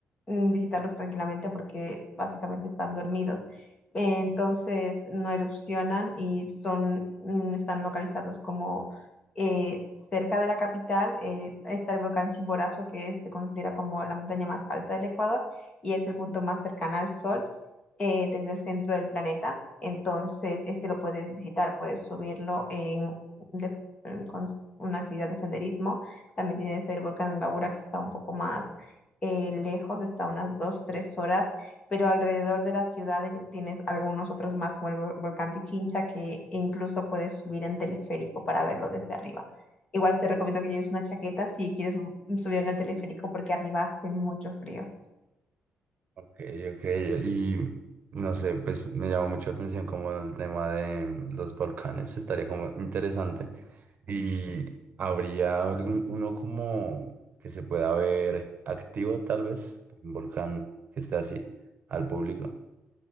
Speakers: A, on the left; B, on the right.
A: mm, visitarlos tranquilamente porque básicamente están dormidos. Eh, entonces no erupcionan y son, mm, están localizados como eh, cerca de la capital. eh, está el volcán Chimborazo, que se considera como la montaña más alta del Ecuador y es el punto más cercano al Sol eh, desde el centro del planeta. Entonces, este lo puedes visitar, puedes subirlo en, de- en- con s- una actividad de senderismo. También tienes el volcán Babura que está un poco más eh, lejos, está unas dos, tres horas, pero alrededor de la ciudad en- tienes algunos otros más, como el vol- volcán Pichincha, que incluso puedes subir en teleférico para verlo desde arriba. Igual te recomiendo que lleves una chaqueta si quieres bu- subir en el teleférico porque arriba hace mucho frío.
B: Ok, ok, y no sé, pues me llamó mucho la atención como el tema de los volcanes, estaría como interesante. Y habría algún, uno como que se pueda ver activo, tal vez, un volcán que esté así al público.